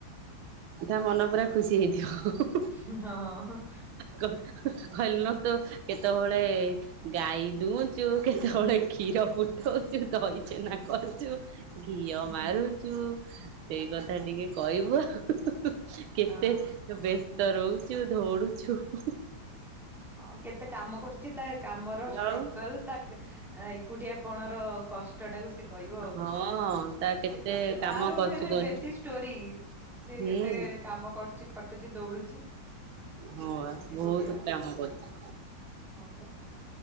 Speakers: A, on the right (about 80°); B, in the centre.
A: ତା ମନ ପୁରା ଖୁସି ହେଇଯିବ ହବ।
B: ହୁଁ ହ ହଁ ହଁ।
A: କ୍‌ ହ କହିଲ ତ କେତେବେଳେ ଗାଈ ଦଉଛୁ କେ-ତେ-ବେ-ଳେ କ୍ଷୀର ଫୁ-ଟ-ଉଛୁ ତଇଛେନା କରୁଛୁ। ଘିଅ
B: ହୁଁ
A: ମାରୁଛୁ ସେଇ କଥା ଟିକେ କହିବୁ- ହୁ--ହୁ-ହୁ। କେତେ
B: ହଁ।
A: ବ୍ୟସ୍ତ ରହୁଛୁ ଦୌଡୁଛୁ ହୁ ହୁ।
B: ହଁ କେତେକେ କାମ କରୁଛି ତା କାମର ଷ୍ଟ୍ରଗଲ
A: ଆଉ
B: ତା ଏକୁଟି ପଣର କଷ। ଟାଟାକୁ ସେ କହିବ
A: ହଁ
B: ଆଉ
A: ତା
B: ସେ କେତେ
A: କାମ
B: ତାର
A: କରୁଛି
B: ଭେରେ
A: କହନି
B: ବେଶି ଷ୍ଟୋରି। ସିଏ
A: ହୁଁ
B: କେତେ କାମ କରୁଛି ଖଟୁଛି ଦୌଡୁଛି?
A: ହଁ ବା ବହୁତ
B: ଏକୁଟିଆ
A: କାମ କରୁଛି।
B: ହଁ ବା